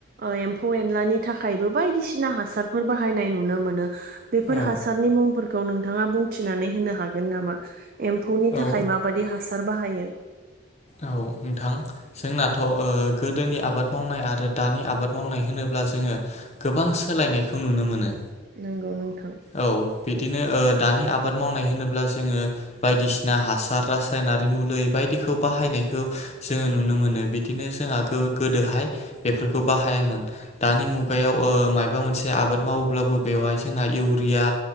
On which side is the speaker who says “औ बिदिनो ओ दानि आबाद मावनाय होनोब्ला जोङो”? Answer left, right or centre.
Left